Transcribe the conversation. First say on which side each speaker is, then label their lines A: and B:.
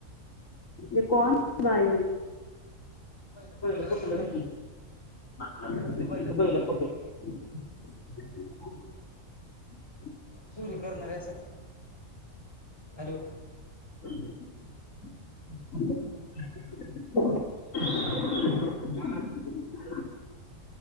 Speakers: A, on the left; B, on the left.
A: ते कोण बाई
B: बैल पकडलं
A: पहिल चुकलं
B: का बघूया
A: <unintelligible>
B: ते बैल पकडलं
A: <inaudible>
B: चोरी करणारी असल. हॅलो
A: <inaudible>